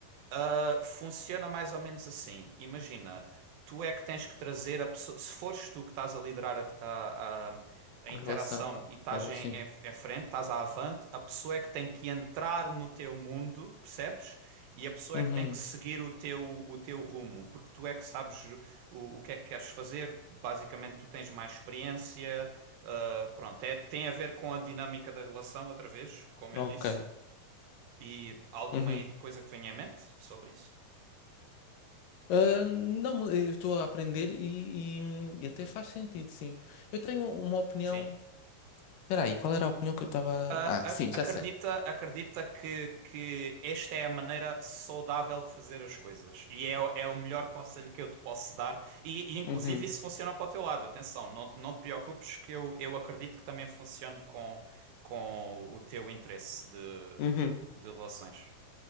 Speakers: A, on the right; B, on the left.
A: Uh, funciona mais ou menos assim. Imagina, tu é que tens que trazer a pessoa. Se fores tu que estás a liderar a, a- a- a interação
B: em relação.
A: e estás
B: Oh,
A: em,
B: sim.
A: em- em frente, estás à avante, a pessoa é que tem que entrar no teu mundo, percebes? E a pessoa
B: Uhum.
A: é que tem que seguir o teu, o teu rumo, porque tu é que sabes o, o que é que queres fazer. Basicamente, tu tens mais experiência. uh, pronto, é, tem a ver com a dinâmica da relação, outra vez, como eu
B: Ok.
A: disse. E alguma
B: Uhum.
A: coisa que te venha em mente sobre isso?
B: Ah, não, eu estou a aprender e, e- e até faz sentido, sim. Eu tenho uma opinião.
A: Sim.
B: Espera aí, qual era a opinião que eu estava.
A: Ah,
B: Ah, sim,
A: a-
B: já
A: acredita,
B: sei.
A: acredita que, que esta é a maneira saudável de fazer as coisas e é, o- é o melhor conselho que eu te posso dar. E, e, inclusive
B: Uhum.
A: isso funciona para o teu lado. Atenção, não, não te preocupes que eu, eu acredito que também funcione com, com o teu interesse de,
B: Uhum.
A: de relações.